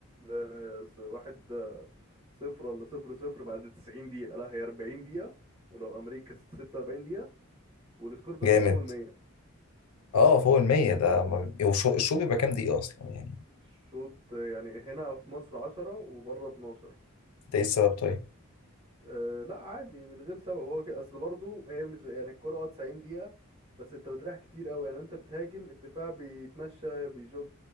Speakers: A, on the right (about 25°); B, on the left (about 85°).
A: آه، س- واحد آه، صفر ولا صفر صفر بعد 90 دقيقة لا هي 40 دقيقة ولو امريكا 46 دقيقة والسكور بيخلص
B: جامد
A: فوق المية
B: اه فوق المية ده ما بي- هو الشو الشو بيبقى كام دقيقه اصلا يعني
A: الشوط يعني هنا في مصر عشرة وبره اتناشر
B: ده ايه السبب طيب
A: أه لا عادي من غير سبب هو كده اصل برضه هي مش زي- يعني الكرة اه 90 دقيقة بس انت بتريح كتير قوي يعني انت بتهاجم الدفاع بيتمشى بيجوج